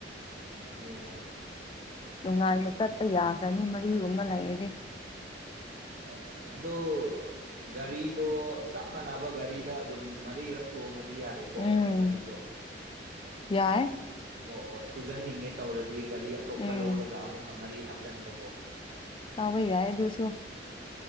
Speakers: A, on the right; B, on the left.
A: ꯌꯥꯏ ꯌꯥꯏ
B: ꯅꯨꯡꯉꯥꯏꯅ ꯆꯠꯄ ꯌꯥꯒꯅꯤ ꯃꯔꯤꯒꯨꯝꯕ ꯂꯩꯔꯗꯤ
A: ꯑꯆꯥ ꯑ ꯑꯗꯨ ꯒꯔꯤ ꯑꯗꯣ ꯆꯞ ꯃꯥꯟꯅꯕ ꯒꯥꯔꯤꯗ ꯑꯗꯨꯝ ꯃꯔꯤꯔꯛ ꯇꯣꯡꯉꯗꯤ ꯌꯥꯔꯦꯀꯣ
B: ꯎꯝ
A: ꯃꯤ ꯃꯔꯤꯗꯣ
B: ꯌꯥꯏ
A: ꯑꯣ ꯑꯣ ꯊꯨꯖꯟꯅꯤꯡꯉꯦ ꯇꯧꯔꯗꯤ ꯒꯥꯔꯤ ꯑꯇꯣꯞꯄ
B: ꯎꯝ
A: ꯂꯧꯔꯒ ꯑꯃꯨꯛꯀ ꯃꯔꯤ ꯍꯥꯞꯆꯟꯕꯀꯣ
B: ꯑꯕꯩ ꯌꯥꯌꯦ ꯑꯗꯨꯁꯨꯣ